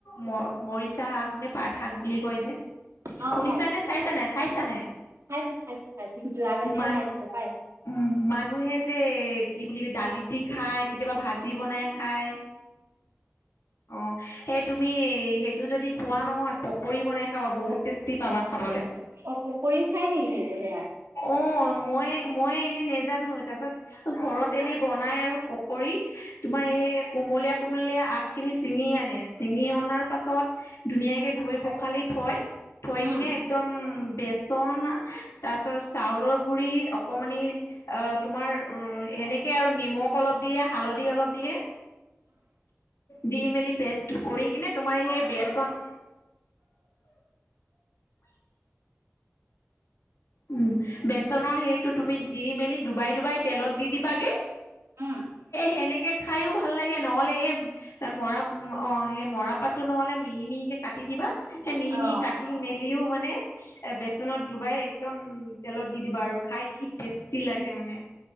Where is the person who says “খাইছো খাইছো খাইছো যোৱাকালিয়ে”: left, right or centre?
Right